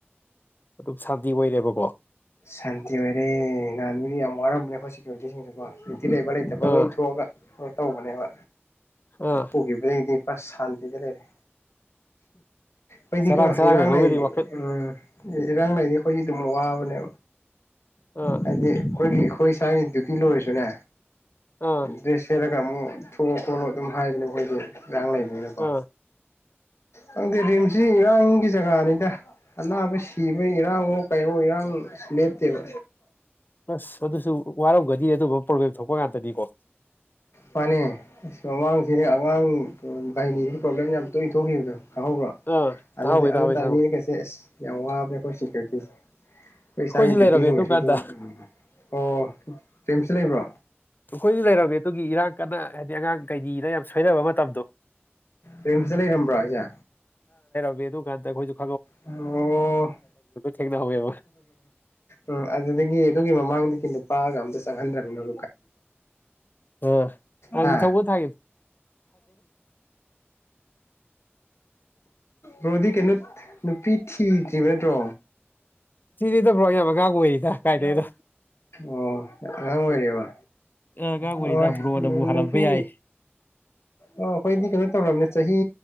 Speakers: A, on the left; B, on the left.
A: ꯑꯗꯨꯝ ꯁꯥꯟꯇꯤ ꯑꯣꯏꯔꯦꯕꯀꯣ
B: ꯁꯥꯟꯇꯤ ꯑꯣꯏꯔꯦ ꯅꯍꯥꯟ ꯃꯤꯗꯤ ꯌꯥꯝ ꯋꯥꯔꯝꯕꯅꯦ ꯑꯈꫭꯏ ꯁꯦꯀ꯭ꯌꯨꯔꯤꯇꯤꯁꯤꯡꯗꯨꯀꯣ ꯂꯩꯕ ꯂꯥꯇꯕ
A: ꯑꯥ
B: ꯂꫭꯏ ꯊꯣꯛꯑꯒ ꯇꯧꯕꯅꯦꯕ
A: ꯑꯥ
B: ꯄꯨꯒꯤꯕꯗꯩꯗꯤ ꯄꯨꯔꯥ ꯁꯥꯟꯇꯤꯗ ꯂꯩꯔꯦ ꯑꯩꯈꯣꯏꯗꯤꯀꯣ
A: ꯆꯔꯥꯡ ꯆꯔꯥꯡꯅꯔꯝꯒꯅꯤ
B: ꯏꯔꯥꯡ ꯂꯩꯔꯤ
A: ꯋꯥꯈꯜ
B: ꯎꯝ ꯏꯔꯥꯡ ꯂꯩꯔꯤ ꯑꯩꯈꯣꯏꯒꯤ ꯑꯗꯨ ꯃꯕꯅꯦ
A: ꯑꯥ
B: ꯍꯥꯏꯗꯤ ꯑꯩꯈꯣꯏꯒꯤ ꯍꯣꯏ ꯁꯥꯏ ꯗꯗꯨꯇꯤ ꯂꯣꯏꯁꯨꯅꯦ
A: ꯑꯥ
B: ꯗꯦꯁꯂ ꯀ ꯑꯃ ꯊꯣꯡꯉ ꯈꯣꯠꯂꯣ ꯑꯗꯨꯝ ꯍꯥꯏꯕꯅꯦ ꯑꯩꯈꯣꯏꯁ ꯏꯥꯡ ꯂꯩꯕꯅꯤꯅꯀꯣ
A: ꯑꯥ
B: ꯅꯪ ꯗꯦ ꯔꯤꯝꯁꯤ ꯏꯔꯥꯡꯒꯤ ꯖꯒꯥꯅꯤꯗ ꯑꯅꯥꯕ ꯁꯤꯕ ꯏꯔꯥꯡꯉꯣ ꯀꯩꯌꯣ ꯏꯔꯥꯡ ꯂꯦꯞꯇꯕ
A: ꯑꯁ ꯑꯗꯨꯁꯨ ꯋꯥꯔꯧꯒꯗꯤ ꯑꯗꯨ ꯄꯣꯒꯂꯦꯝ ꯊꯣꯛꯄ ꯉꯥꯛꯇꯅꯤꯀꯣ
B: ꯃꯥꯅꯦ ꯑꯁ ꯃꯃꯥꯡꯁꯤꯗꯤ ꯑꯉꯥꯡ ꯩꯅꯤꯒꯤ ꯄ꯭ꯔꯣꯕ꯭ꯂꯦꯝ ꯌꯥꯝ ꯇꯣꯏꯅ ꯊꯣꯛꯈꯤꯕꯗꯣ ꯈꯪꯍꯧꯕ꯭ꯔꯣ
A: ꯑꯥ
B: ꯑꯗꯨꯗ
A: ꯇꯥꯍꯧꯋꯦ
B: ꯑꯗꯨ
A: ꯇꯥꯍꯧꯋꯦ
B: ꯇꯔ
A: ꯈꯪꯉꯦ
B: ꯃꯤꯅ ꯀꯩꯁꯦ ꯑꯁ ꯌꯥ ꯋꯥꯦ ꯈꯣꯏꯤ ꯀꯔꯈꯤ ꯑꯩꯣꯏ ꯏꯁꯥꯒꯤ
A: ꯑꯩꯈꯣꯏꯁꯨ
B: ꯗꯗꯤꯌꯨꯇꯤ
A: ꯂꯩꯔꯝꯃꯦ
B: ꯂ
A: ꯑꯗꯨꯀꯥꯟꯗ
B: ꯑꯣꯏꯔꯁꯨ ꯑꯗꯨꯝ ꯎꯝ ꯑꯣ ꯄꯦꯝꯁꯨ ꯂꯩꯕ꯭ꯔꯣ
A: ꯑꯩꯈꯣꯏꯁꯨ ꯂꯩꯔꯝꯃꯦ ꯑꯗꯨꯒꯤ ꯏꯔꯥꯡ ꯀꯟꯅ ꯍꯥꯏꯗꯤ ꯑꯉꯥꯡ ꯀꯩꯒꯤꯗ ꯌꯥꯝ ꯁꯣꯏꯅꯕ ꯃꯇꯝꯗꯣ
B: ꯄꯦꯝꯇ ꯂꯩꯔꯝꯕ꯭ꯔꯥ ꯑꯩꯁꯦ
A: ꯕ ꯑꯗꯨꯣꯗ ꯈꯨ
B: ꯑꯣ
A: ꯊꯦꯡꯅꯍꯧꯋꯦꯕ
B: ꯎꯝ ꯑꯗꯨꯗꯒꯤ ꯑꯗꯨꯒꯤ ꯃꯃꯥꯡꯗꯒꯤ ꯅꯨꯄꯥꯒ ꯑꯝꯇ ꯆꯪꯍꯟꯗ꯭ꯔꯕꯅꯥꯏ
A: ꯑ
B: ꯍꯥ
A: ꯊꯧ ꯊꯒꯦ
B: ꯔꯣꯗꯤ ꯀꯩꯅꯣ ꯅꯨꯄꯤ ꯊꯤ ꯇꯔꯤꯕꯅꯦ ꯇꯣ
A: ꯁꯤꯗꯤꯗꯕ꯭ꯔꯣ ꯌꯥꯕꯒꯥ ꯑꯣꯏꯔꯤꯗ ꯀꯥꯏꯗꯩꯗꯣ
B: ꯑꯣ ꯉꯥꯡ ꯑꯣꯏꯔꯤ ꯋꯥ
A: ꯑꯉꯥꯡ ꯑꯣꯏꯔꯤꯗ
B: ꯍꯣꯏ
A: ꯕ꯭ꯔꯣꯅꯕꯨ ꯍꯜꯂꯝꯕ
B: ꯅꯨꯄꯤ
A: ꯌꯥꯏ
B: ꯑꯣ ꯑꯩꯈꯣꯏꯗꯤ ꯀꯩꯅꯣ ꯇꯧꯔꯕꯅꯦ ꯆꯍꯤ